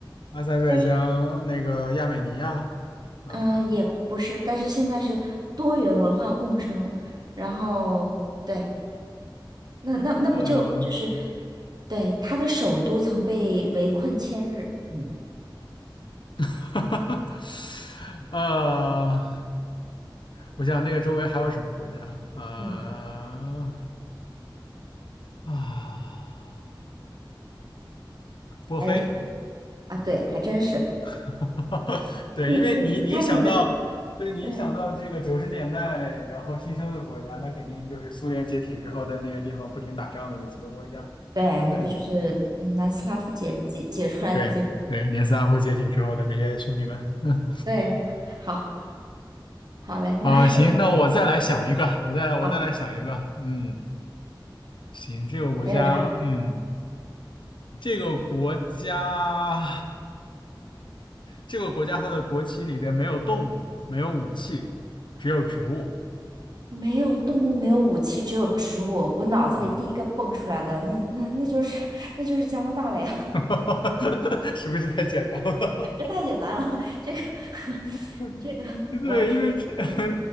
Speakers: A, on the left (about 70°); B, on the right (about 55°).
A: 阿塞拜疆、
B: 但是，
A: 那个亚美尼亚啊，
B: 嗯，也不是，但是现在是多元文化共生，然后对，那那那不就就是
A: 呃，
B: 对，它的首都曾被围困千日，嗯
A: <laughs> 呃，我想那个周围还有什么国家？呃
B: 嗯，
A: 啊，波黑，
B: 还有什么啊？对，还真是，
A: <laughs> 对，
B: 你你你看你的。
A: 因为你你一想到，对你一想到这个九十年代然后新生的国家，
B: 对。
A: 那肯定就是苏联解体之后在那个地方不停打仗的那几个国家。
B: 对，那不就是嗯南斯拉夫解解解出来的这个？
A: 对对对，年斯拉夫解体之后的那些兄弟们。嗯。
B: 对，好，好嘞，那还有
A: 啊，行，那我再来想一个，我再来，我再来想一个。
B: 好
A: 嗯，行，这个国家，
B: 还有啥？
A: 嗯，这个国家，这个国家它的国旗里边没有动物，没有武器，只有植物。
B: 没有动物，没有武器，只有植物。我脑子里第一个蹦出来的，
A: 嗯，
B: 那那那就是 <laughs> 那就是加拿大了呀！
A: <laughs> 是不是太简单了？
B: <laughs> 这太简单了，这个 <laughs>
A: <laughs>
B: 这个完全，
A: 对，因为这 <laughs>
B: 嗯，